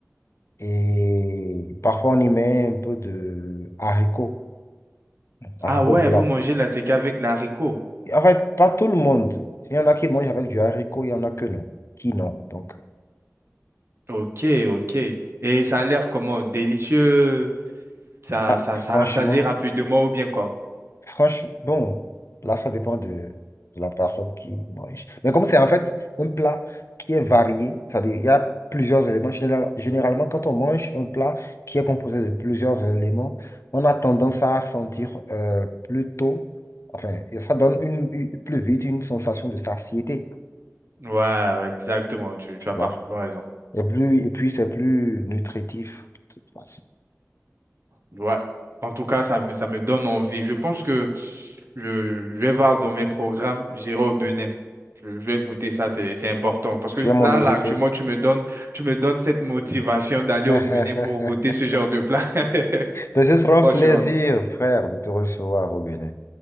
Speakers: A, on the left (about 60°); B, on the right (about 50°).
A: Et parfois, on y met un peu de haricots, haricots
B: Ah ouais,
A: blancs.
B: vous mangez la tequila avec l'haricot.
A: En fait, pas tout le monde. Il y en a qui mangent avec du haricot, il y en a que non, qui non. Donc,
B: Ok, ok. Et ça a l'air comment? Délicieux. Ça,
A: ah,
B: ça, ça
A: franchement,
B: rassasie rapidement ou bien quoi?
A: franchement, bon, là, ça dépend de, de la personne qui mange. Mais comme c'est en fait un plat qui est varié, c'est-à-dire il y a plusieurs éléments. Général- Généralement, quand on mange un plat qui est composé de plusieurs éléments, on a tendance à sentir euh, plutôt, enfin, ça donne une, une- plus vite une sensation de satiété,
B: Ouais, ouais, exactement, tu,
A: tu
B: tu as
A: vois.
B: parfaitement raison.
A: Et, plus, et puis, c'est plus nutritif, de toute façon.
B: Ouais. En tout cas, ça me, ça me donne envie. Je pense que je, je vais voir dans mes programmes, j'irai au Bénin. Je, je vais goûter ça, c'est, c'est important. Parce que
A: Tu es mon
B: là,
A: invité.
B: là, actuellement, tu me donnes, tu me donnes cette motivation d'aller
A: <laughs>
B: au Bénin pour goûter ce genre de plat.
A: Mais
B: <laughs>
A: ce sera un
B: Franchement.
A: plaisir, frère, de te recevoir au Bénin.